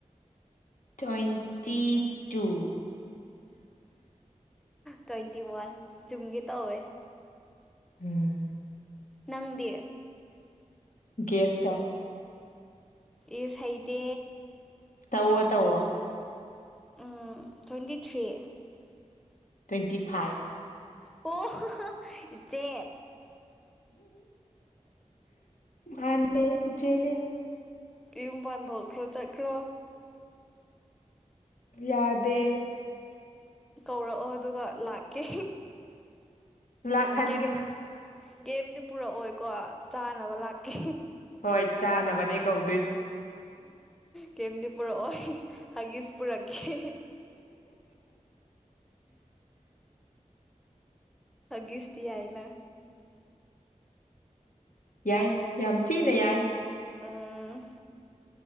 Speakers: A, on the left; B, in the centre.
A: ꯇ꯭ꯋꯦꯟꯇꯤ ꯇꯨ
B: ꯇ꯭ꯋꯦꯟꯇꯤ ꯋꯥꯟ ꯆꯨꯝꯒꯤ ꯇꯧꯋꯦ
A: ꯎꯝ
B: ꯅꯪꯗꯤ
A: ꯒꯦꯁ ꯇꯧ
B: ꯏꯁ ꯍꯩꯇꯦ
A: ꯇꯧꯋ‌ꯣ ꯇꯧꯋ‌ꯣ
B: ꯎꯝ ꯇ꯭ꯋꯦꯟꯇꯤ ꯊ꯭ꯔꯤ
A: ꯇ꯭ꯋꯦꯟꯇꯤ ꯐꯥꯏꯚ
B: ꯑꯣ ꯏꯆꯦ
A: ꯃꯥꯟꯅꯦ ꯏꯆꯦꯅꯦ
B: ꯌꯨꯝꯕꯥꯟ ꯄꯥꯟꯊ‌ꯣꯛꯀ꯭ꯔꯣ ꯆꯠꯀ꯭ꯔꯣ
A: ꯌꯥꯗꯦ
B: ꯀꯧꯔꯛꯑꯣ ꯑꯗꯨꯒ ꯂꯥꯛꯀꯦ
A: ꯂꯥꯛꯍꯟꯒꯦ
B: ꯀꯦꯞ ꯀꯦꯝꯗꯤ ꯄꯨꯔꯛꯑꯣꯏꯀꯣ ꯆꯥꯅꯕ ꯂꯥꯛꯀꯦ
A: ꯍꯣꯏ ꯆꯥꯅꯕꯅꯦ ꯀꯧꯗꯣꯏꯁꯦ
B: ꯀꯩꯝꯗꯤ ꯄꯨꯔꯛꯑꯣꯏ ꯍꯒꯤꯁ ꯄꯨꯔꯛꯒꯦ ꯍꯒꯤꯁꯇꯤ ꯌꯥꯏꯅ
A: ꯌꯥꯏ ꯌꯥꯝ ꯊꯤꯅ ꯌꯥꯏ
B: ꯎꯝ